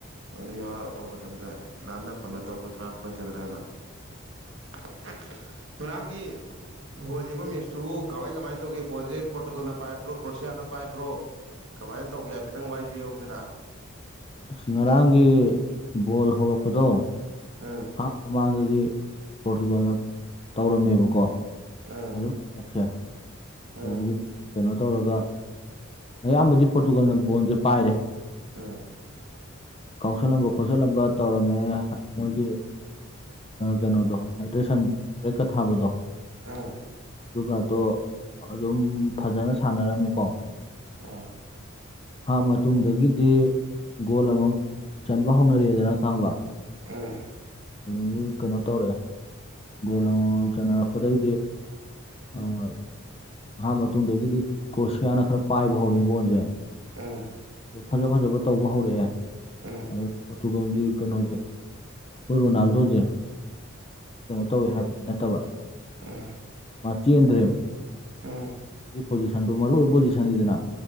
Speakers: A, on the right (about 60°); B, on the left (about 25°).
A: ꯑꯗꯨꯗ ꯌꯥꯎꯔꯛꯑꯕ ꯃꯇꯝꯗ ꯂꯥꯟꯅ ꯈꯣꯠꯅ ꯇꯧꯒꯗ꯭ꯔꯥ ꯈꯣꯠꯀꯗ꯭ꯔꯥꯅ <inaudible> ꯉꯔꯥꯡꯒꯤ ꯕꯣꯜꯕ ꯃꯦꯁꯇꯨꯕꯨ ꯀꯃꯥꯏ ꯀꯃꯥꯏꯅ ꯇꯧꯒꯦ ꯣꯁꯦ ꯄꯣꯔꯇꯨꯒꯜꯅ ꯄꯥꯏꯕ꯭ꯔꯣ ꯀ꯭ꯔꯣꯁꯤꯌꯥ ꯀꯅꯥ ꯄꯥꯏꯕ꯭ꯔꯣ ꯀꯃꯥꯏꯅ ꯇꯧꯒꯦ ꯍꯥꯏꯐꯦꯠꯇꯪ ꯋꯥꯔꯤ ꯂꯤ ꯌꯧꯗꯅ
B: ꯑꯁ ꯉꯔꯥꯡꯒꯤ ꯕꯣꯜ ꯍꯧꯔꯛꯄꯗꯣ
A: ꯎꯝ
B: ꯍꯥꯞ ꯃꯃꯥꯡ ꯑꯗꯨꯗꯤ ꯄꯣꯔꯇꯨꯒꯥꯜꯅ ꯇꯧꯔꯝꯃꯦꯕꯀꯣ
A: ꯎꯝ
B: ꯑꯗꯨ ꯌꯦꯁꯦ
A: ꯎꯝ
B: ꯑꯗꯨ ꯑꯗꯨꯗꯤ ꯀꯩꯅꯣ ꯇꯧꯔꯒ ꯑꯌꯥꯝꯕꯗꯤ ꯄꯣꯔꯇꯨꯒꯜꯅ ꯕꯣꯟꯁꯦ ꯄꯥꯏꯔꯦ
A: ꯎꯝ
B: ꯀꯥꯎꯁꯜꯂꯝꯕ ꯈꯣꯠꯆꯜꯂꯝꯕ ꯇꯧꯔꯝꯃꯦ ꯃꯣꯏꯒꯤ ꯀꯩꯅꯣꯗꯣ ꯍꯥꯏꯗ꯭ꯔꯦꯁꯟ ꯕꯦꯛꯀ ꯊꯥꯕꯗꯣ
A: ꯑꯥ
B: ꯑꯗꯨꯒꯗꯣ ꯑꯗꯨꯝ ꯐꯖꯅ ꯁꯥꯟꯅꯔꯝꯃꯤꯀꯣ
A: ꯑ
B: ꯍꯥ ꯃꯇꯨꯡꯗꯒꯤꯗꯤ ꯒꯣꯜ ꯑꯃ ꯆꯟꯕ ꯍꯧꯅꯔꯦꯗꯅ ꯈꯪꯕ
A: ꯎꯝ
B: ꯑꯗꯒꯤ ꯀꯩꯅꯣ ꯇꯧꯔꯛꯑꯦ ꯒꯣꯜ ꯑꯃꯃꯝ ꯆꯥꯟꯅꯔꯛꯄꯗꯩꯗꯤ ꯑꯗꯨ ꯑꯍꯥꯟꯕ ꯃꯇꯨꯡꯗꯒꯤꯗꯤ ꯀ꯭ꯔꯣꯁꯤꯌꯥꯅ ꯈꯔ ꯄꯥꯏꯕ ꯍꯧꯔ ꯕꯣꯟꯁꯦ
A: ꯑꯥ
B: ꯐꯖ ꯐꯖꯕ ꯇꯧꯕ ꯍꯧꯔꯛꯑꯦ
A: ꯎꯝ
B: ꯑ ꯀꯩꯅꯣꯁꯦ ꯍꯈꯣꯏ ꯔꯣꯅꯥꯜꯗꯣꯁꯦ ꯇꯧꯋꯦ ꯍꯥꯏꯕꯗꯤ ꯅꯠꯇꯕ
A: ꯑꯝ
B: ꯃꯆꯗ꯭ꯔꯝ
A: ꯍꯝ
B: ꯄꯣꯖꯤꯁꯟ ꯃꯔꯨꯑꯣ ꯑꯣꯏ ꯄꯣꯖꯤꯁꯟꯅꯤꯗꯅ